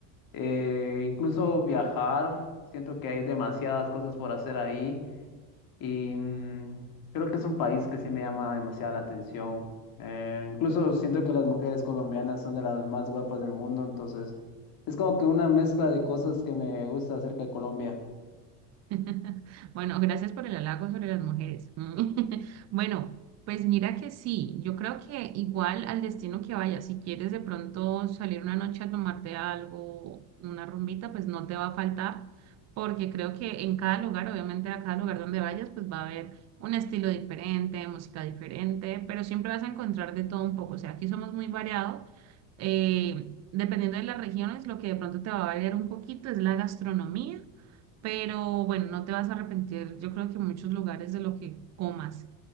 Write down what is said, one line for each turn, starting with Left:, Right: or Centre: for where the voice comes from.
Left: eh, incluso viajar, siento que hay demasiadas cosas por hacer ahí. Y mm, creo que es un país que sí me llama demasiado la atención. Eh, incluso siento que las mujeres colombianas son de las más guapas del mundo, entonces es como que una mezcla de cosas que me gusta acerca de Colombia.
Right: <laughs> Bueno, gracias por el halago sobre las mujeres. <laughs> Bueno, pues mira que sí, yo creo que igual al destino que vayas, si quieres de pronto salir una noche a tomarte algo, una rumbita, pues no te va a faltar, porque creo que en cada lugar, obviamente a cada lugar donde vayas, pues va a haber un estilo diferente, música diferente, pero siempre vas a encontrar de todo un poco. O sea, aquí somos muy variados. eh, dependiendo de las regiones, lo que de pronto te va a variar un poquito es la gastronomía pero bueno, no te vas a arrepentir, yo creo que en muchos lugares de lo que comas.